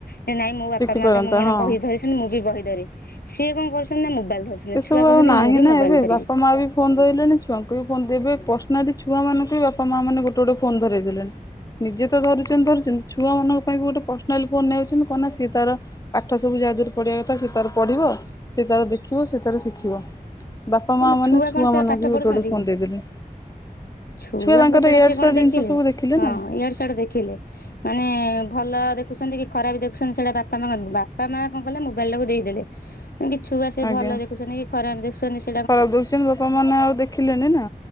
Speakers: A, on the left; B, on the left.
A: ଯେ ନାଇଁ ମୋ ବାପା
B: ଶିଖିପାରନ୍ତା
A: ମା ତ କଣ
B: ହଁ
A: ବହି ଧରିଛନ୍ତି, ମୁଁ ବି ବହି ଧରେ ସିଏ କଣ କରୁଛନ୍ତି ନା ମୋବାଇଲ ଧରୁଛନ୍ତି
B: ସେସବୁ
A: ଛୁଆ କହୁଛନ୍ତି
B: ଆଉ ନାହିଁ
A: ମୁଁ ବି
B: ନା
A: ମୋବାଇଲ
B: ଏବେ
A: ଧରିବି।
B: ବାପା ମା ବି ଫୋନ ଧଇଲେଣି ଛୁଆଙ୍କୁ ବି ଫୋନ୍ ଦେବେ ପର୍ସନାଲି ଛୁଆମାନଙ୍କୁ ବି, ବାପା ମା ମାନେ ଗୋଟେ ଗୋଟେ ଫୋନ୍ ଧରେଇ ଦେଲେଣି। ନିଜେ ତ ଧରୁଛନ୍ତି ଧରୁଛନ୍ତି, ଛୁଆ ମାନଙ୍କ ପାଇଁ ଗୋଟେ ବି ପର୍ସନାଲି ଫୋନ ନେଇଆଉଛନ୍ତି କଣ ନା ସିଏ ତାର ପାଠ ସବୁ ଯାହା ତାରେ ପଢିବା କଥା ସେ ତାର ପଢିବ, ସେ ତାର ଦେଖିବ ସେ ତାର ଶିଖିବ। ବାପା
A: କିନ୍ତୁ
B: ମା ମାନେ ଛୁଆ
A: କଣ ସେରା
B: ମାନଙ୍କୁ
A: ପାଠ
B: ବି ଗୋଟେ
A: ପଢୁଛନ୍ତି
B: ଗୋଟେ ଫୋନ୍
A: କି?
B: ଦେଇଦେଲେ।
A: ଛୁଆଙ୍କୁ
B: ଛୁଆ ତାଙ୍କର
A: ସେଇଟା
B: ଇଆଡୁ
A: ସେ କଣ
B: ସିଆଡୁ
A: ଦେଖିଲେ,
B: ଜିନିଷ ସବୁ
A: ହଁ
B: ନା
A: ଇଆଡେ ସିଆଡେ ଦେଖିଲେ ମାନେ ଭଲ ଦେଖୁଛନ୍ତି କି ଖରାପ ଦେଖୁଛନ୍ତି ସେଇଟା ବାପା ମା ବାପା ମା କଣ କଲେ ମୋବାଇଲ ଟାକୁ ଦେଇଦେଲେ। କି ଛୁଆ ସେ
B: ଆଜ୍ଞା।
A: ଭଲ ଦେଖୁଛନ୍ତି କି ଖରାପ ଦେଖୁଛନ୍ତି ସେ
B: ଖରାପ ଦେଖୁଛନ୍ତି ବାପା ମାନେ ଆଉ ଦେଖିଲେନି ନା।